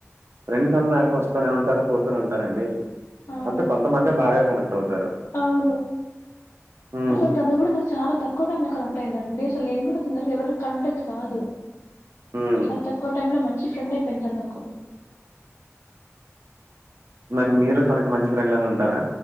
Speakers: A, on the right; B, on the left.
A: ఫ్రెండ్స్ అన్నాక వస్తనే ఉంటారు పోతూనే ఉంటారండి
B: అవునండి
A: అంటే కొంతమంది బాగా కనెక్ట్ అవుతారు
B: అవును
A: ఉ
B: అసలు తను కూడా నాకు చాలా తక్కువ టైమ్ లో కనెక్ట్ అయిందండి అసలు నేను కూడా తొందరగా ఎవరి కనక్ట్ అది కాదు
A: హ్మ్.
B: చాలా తక్కువ టైమ్ లో మంచి ఫ్రెండ్ అయిపోయింది తను నాకు
A: మరి మీరు తనకు మంచి ఫ్రెండ్లానే ఉంటారా